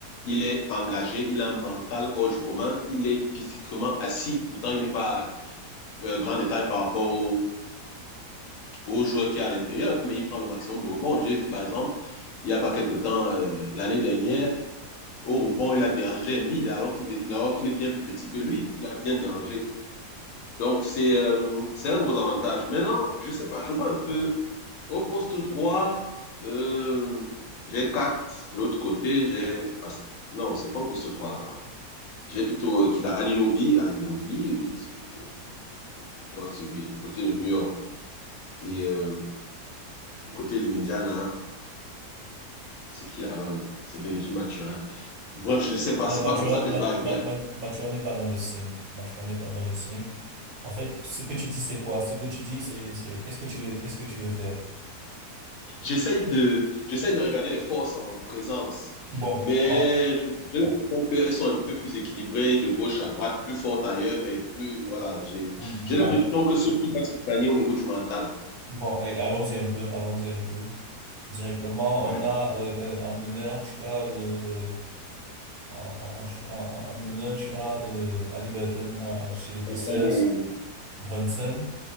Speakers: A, on the left; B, on the right.
A: Il est engagé, il a un mental hors du commun, il est physiquement assis. Pourtant, il n'est pas euh, grand détail par rapport au, au joueur qui est à l'intérieur, mais il prend le maximum de rebonds. J'ai vu, par exemple, il n'y a pas quelque temps, euh, l'année dernière, au rebond, il a dérangé Embiid alors qu'il venait, alors qu'il est bien plus petit que lui. Il a bien dérangé. Donc, c'est euh, c'est un gros avantage. Maintenant, je sais pas, je vois un peu au poste 3, euh, j'ai 4 de l'autre côté. J'ai pas- Non, c'est pas au poste 3 là-bas. J'ai plutôt euh, qu'il a Anunobi. Anunobi, oui, c'est- je, je crois que c'est lui, du côté de New York. Et euh, du côté de l'Indiana, c'est qui là-bas? même C'est Benedict Mathurin. Bref, je ne sais pas,
B: Non,
A: c'est
B: Mathurin,
A: pas comme ça que
B: Ma-
A: je vais arriver
B: Ma-
A: à
B: Ma- Mathurin n'est pas dans le 5. Mathurin n'est pas dans le cinq En fait, ce que tu dis, c'est quoi? Ce que tu dis, c'est, c'est, qu'est-ce que tu veux, qu'est-ce que tu veux faire?
A: J'essaye de, j'essaye de regarder les forces en présence,
B: Bon,
A: mais
B: en-
A: je pense qu'elles sont un peu plus équilibrées de gauche à droite, plus fortes ailleurs, mais plus, voilà, j'ai,
B: bon,
A: j'ai l'impression que ce qui va se gagner au niveau du mental.
B: Bon, et allons-y un peu, allons-y un peu. Directement,
A: Ouais.
B: on a euh, euh, en meneur, tu as euh, en, en, en ch- en- en meneur, tu as euh, Ali Burton euh, chez les Pacers,
A: Oui,
B: Brunson,